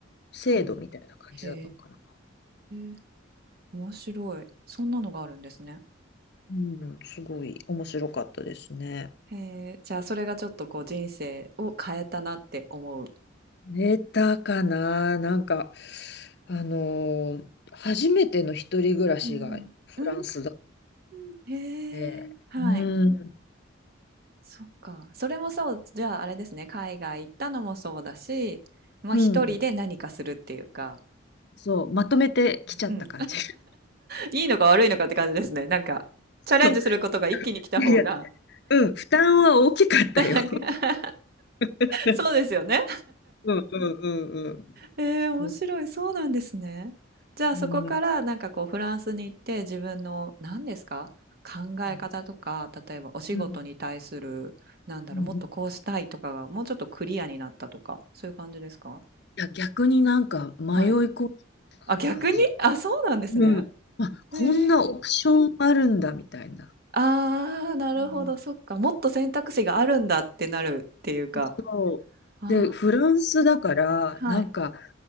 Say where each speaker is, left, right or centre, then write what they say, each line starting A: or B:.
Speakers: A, on the left; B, on the right.
A: 制度みたいな感じだったのかな。
B: はい。へえ、面白い。そんなのがあるんですね。
A: うん、すごい面白かったですね。
B: へえ、じゃあそれがちょっとこう人生を変えたなって思う。
A: 寝たかな、なんか、あのー初めての一人暮らしがフランスだっ
B: うん。うーん、へえ、
A: て、
B: はい。
A: うん、
B: そっか。それもそう、じゃああれですね。海外行ったのもそうだし、まあ一人で何かするっていうか、
A: うん、そう、まとめてきちゃった感じ。
B: うん。
A: <laughs>
B: いいのか悪いのかって感じですね。なんか、チャレンジすることが一気に来た方が、
A: そう、いや、うん、負担は大きかったよ。
B: <laughs>
A: <laughs>
B: そうですよね。
A: うんうんうんうん。
B: えー、面白い。
A: う
B: そうなんですね。じゃあそこからなんかこうフランスに行って自分の何ですか考え方とか、
A: んうんうん
B: 例えばお仕事に対する、
A: うん
B: なんだろう、
A: うん
B: もっとこうしたいとかがもうちょっとクリアになったとか、そういう感じですか
A: いや、逆になんか迷い込む
B: はい。あ、逆にあ、
A: 感じ。
B: そうなんですね。
A: うん。あ、こんなオプションあるんだ、
B: へえ。
A: みたいな。
B: ああ、なるほど、
A: うん
B: そっか。もっと選択肢があるんだってなるっていうか。
A: そう。
B: あ
A: で、フランスだから、
B: あ。
A: なんか、
B: はい。